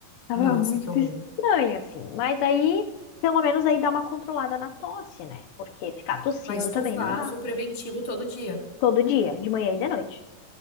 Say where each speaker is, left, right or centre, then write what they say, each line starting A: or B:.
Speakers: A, on the left; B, on the left.
A: Tava
B: Nossa,
A: muito
B: que horror.
A: estranho, assim. Mas aí, pelo menos aí dá uma controlada na tosse, né? Porque ficar tossindo
B: Mas tu
A: também
B: faz
A: não dá.
B: o preventivo todo dia.
A: Todo dia, de manhã e de noite.